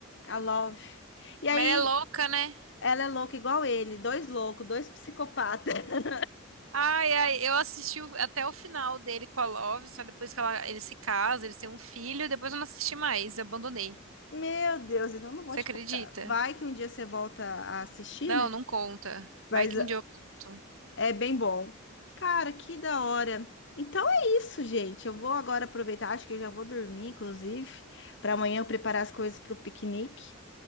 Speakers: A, on the left; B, on the right.
A: A Love. E aí,
B: Mas ela é louca, né?
A: ela é louca igual ele, dois loucos, dois psicopatas. <laughs>
B: Ai, ai, eu assisti o- até o final dele com a Love, só depois que ela, eles se casam, eles têm um filho, depois eu não assisti mais, abandonei.
A: Meu Deus, então eu não vou
B: Você
A: te
B: acredita?
A: contar. Vai que um dia você volta a assistir,
B: Não,
A: né?
B: não conta. Vai
A: Mas
B: que um dia eu conto.
A: É bem bom. Cara, que da hora. Então é isso, gente. Eu vou agora aproveitar, acho que eu já vou dormir, inclusive, para amanhã eu preparar as coisas para o piquenique.